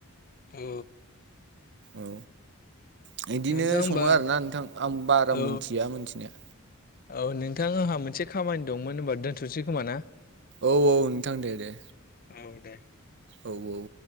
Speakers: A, on the left (about 40°); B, on the right (about 55°).
A: औ
B: औ बिदिनो
A: नोंथां होमबा
B: सङो आरोना नोंथां आं बारा
A: औ
B: मोनथिया मोनथिनाया
A: औ नोंथां आंहा मोनसे खामानि दंमोन होनबा दोनथ'सै खोमा ना
B: औ औ नोंथां दे दे
A: औ दे
B: औ औ